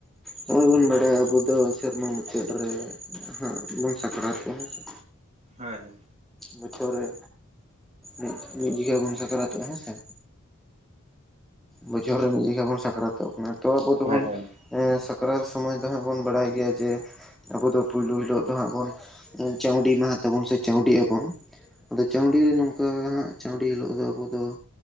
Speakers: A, in the centre; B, on the right.
A: ᱱᱚᱜᱼᱚᱭ ᱵᱚᱱ ᱵᱟᱲᱟᱭᱟ ᱟᱵᱚ ᱫᱚ ᱥᱮᱨᱢᱟ ᱢᱩᱪᱟᱹᱫ ᱨᱮ ᱦᱟᱸᱜ ᱵᱚᱱ ᱥᱟᱠᱨᱟᱛᱚᱜᱼᱟ᱾ ᱦᱮᱸ ᱥᱮ
B: ᱦᱮᱸ
A: ᱵᱚᱪᱷᱚᱨ ᱨᱮ ᱢᱤᱫ ᱢᱤᱫ ᱡᱚᱠᱷᱟ ᱵᱚᱱ ᱥᱟᱠᱨᱟᱛᱚᱜᱼᱟ᱾ ᱦᱮᱸᱥᱮ ᱵᱚᱪᱷᱚᱨ ᱨᱮ ᱢᱤᱫ ᱡᱚᱠᱷᱟ ᱜᱮᱵᱚᱱ ᱥᱟᱠᱨᱟᱛᱚᱜ ᱠᱟᱱᱟ ᱛᱚ ᱟᱵᱚ ᱫᱚᱵᱚᱱ᱾
B: ᱦᱳᱭ ᱦᱳᱭ ᱦᱳᱭ
A: ᱮᱸ ᱥᱟᱠᱨᱟᱛ ᱥᱚᱢᱚᱭ ᱫᱚ ᱦᱟᱸᱜ ᱵᱚᱱ ᱵᱟᱲᱟᱭ ᱜᱮᱭᱟ ᱡᱮ ᱟᱵᱚ ᱫᱚ ᱯᱩᱭᱞᱩ ᱦᱤᱞᱳ ᱫᱚ ᱦᱟᱸᱜ ᱵᱚᱱ ᱪᱟᱹᱣᱰᱤ ᱢᱟᱦᱟ ᱛᱟᱵᱚᱱ ᱥᱮ ᱪᱟᱹᱣᱰᱤᱜ ᱟᱵᱚᱱ᱾ ᱟᱫᱚ ᱪᱟᱹᱣᱰᱤ ᱨᱮ ᱱᱚᱝᱠᱟ ᱦᱟᱸᱜ ᱪᱟᱹᱣᱰᱤ ᱦᱤᱞᱳᱜ ᱫᱚ ᱟᱵᱚ ᱫᱚ